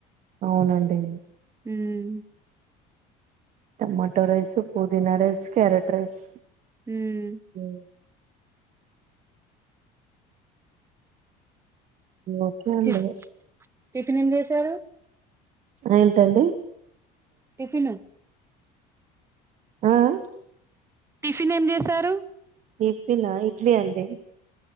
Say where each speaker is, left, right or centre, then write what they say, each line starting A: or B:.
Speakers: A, on the right; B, on the right.
A: అవునండి
B: ఊమ్
A: టమాటో రైస్ పుదీనా రైస్ క్యారెట్ రైస్
B: ఊమ్
A: ఉం ఓకే అండి
B: టఫీ టిఫిన్ ఏం చేసారు
A: ఏంటండి
B: టిఫిను
A: ఆ ఆ
B: టిఫిన్ ఏం చేసారు
A: టిఫినా ఇడ్లీ అండి